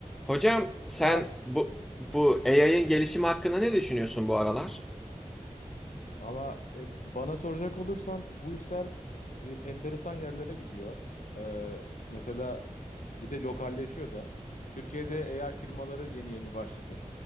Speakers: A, in the centre; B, on the left (about 75°).
A: Hocam sen
B: Ha, s-
A: bu bu AI'ın gelişimi hakkında ne düşünüyorsun bu aralar?
B: valla e, bana soracak olursan bu işler e, enteresan yerlere gidiyor. Ee, mesela bir de lokalleşiyor da. Türkiye'de AI firmaları yeni yeni başladı.